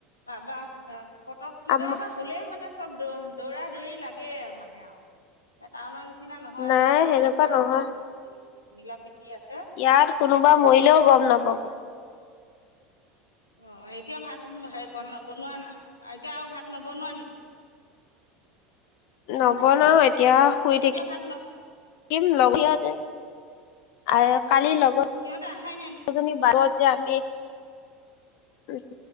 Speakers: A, on the left; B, on the left.
A: বাবা, পতক কিবা
B: আম
A: এটা হ'লেই মানে চব দৌ দৌৰা দৌৰি লাগে মানে আৰু টাউনৰ নিচিনা নিচিনা নহয়
B: নাই
A: আমাৰ ইয়াত
B: সেনেকুৱা
A: বহুত ভাল
B: নহয়
A: মানে মানুহখিনি মিলা প্ৰীতি আছে
B: ইয়াৰ কোনোবা মৰিলেও গম নাপাব ।
A: অ এতিয়া ভাত হে বনোৱা নাই এতিয়া আৰু ভাত নবনোৱা নেকি?
B: নবনাও এতিয়া শুই থাকিম
A: এতিয়া
B: শুই
A: ভাত
B: থাকিম লগতে । আৰু কালি লগত
A: ন সিহঁতে অহাই নাই নেকি
B: বহুজনী যে আমি উ